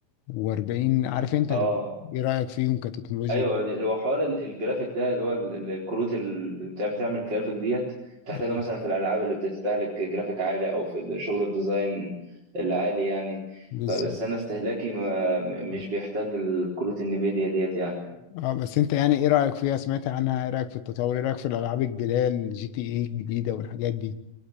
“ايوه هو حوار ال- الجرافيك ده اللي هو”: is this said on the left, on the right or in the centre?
Right